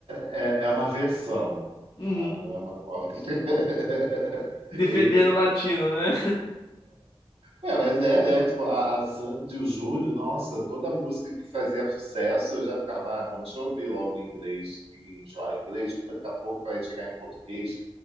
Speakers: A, on the right; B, on the left.
A: É, é uma versão,
B: Uhum.
A: tá? Não é uma cópia. <laughs>
B: Defendendo
A: E-
B: o latino, né?
A: Ué, mas é, né? Tipo, a, a Sandy, o Júnior, nossa, toda música que fazia sucesso, eu já ficava, ah, bom, deixa eu ouvir logo em inglês e enjoar em inglês, porque daqui a pouco vai chegar em português